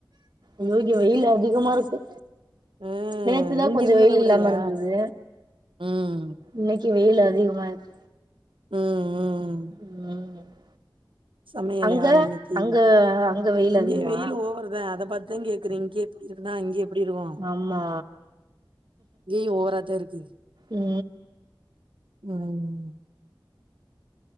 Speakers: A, on the right (about 55°); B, on the right (about 75°).
A: ஐயோ இங்கே வெயில் அதிகமா இருக்கு
B: ஆ
A: நேத்துதா
B: இங்க
A: கொஞ்சோ
B: இருந்தத
A: வெயில்
B: விடயா?
A: இல்லாம இருந்தது
B: ம்
A: இன்னைக்கு வெயில் அதிகமா இருக்கு
B: ம் ம்
A: ம்
B: சமையல்
A: அங்க
B: யாரு இன்னிக்கு
A: அங்க அங்க வெயில்
B: இங்கேயு
A: அதிகமா
B: வெயில் ஓவர்தா அத பார்த்துதா கே இரு இங்கே இப்படி இருக்குன்னா அங்கே எப்டி இருக்கு
A: ஆமா
B: இங்கேயு ஓவராதா இருக்கு
A: ம்
B: ம்